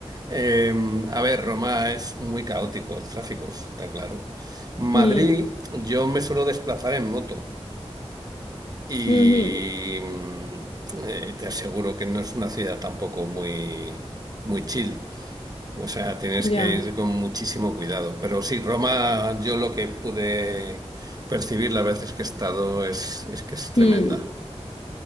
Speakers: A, on the right; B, on the left.
A: Eh, a ver, Roma es muy caótico el tráfico, está claro. Madrid,
B: Mm,
A: yo me suelo desplazar en moto y
B: ujú,
A: mm, eh, te aseguro que no es una ciudad tampoco muy, muy chill. O sea, tienes
B: Ya.
A: que ir con muchísimo cuidado. Pero sí, Roma, yo lo que pude percibir las veces que he estado es, es que es tremenda.
B: mm.